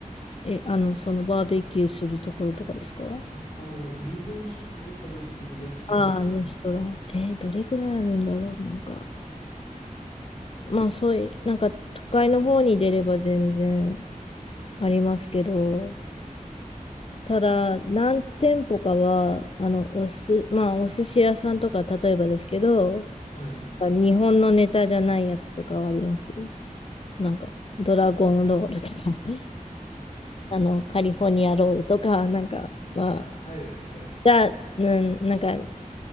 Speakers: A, on the left (about 45°); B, on the left (about 75°).
A: え、あの、そのバーベキューするところとかですか
B: あ、あの、日本食が食べれるレストランみたいな。
A: ああー、レストラン。えーどれぐらいあるんだろうなんか、まあそういう、なんか都会の方に出れば全然ありますけど、ただ何店舗かは、あの、おす、まあお寿司屋さんとか例えばですけど、
B: はい。
A: 日本のネタじゃないやつとかはありますよ。なんか、ドラゴンロールとか、<laughs> あの、カリフォルニアロールとか、なんか、まあ、
B: あ、はい、はい。
A: じゃあ、うん、なんか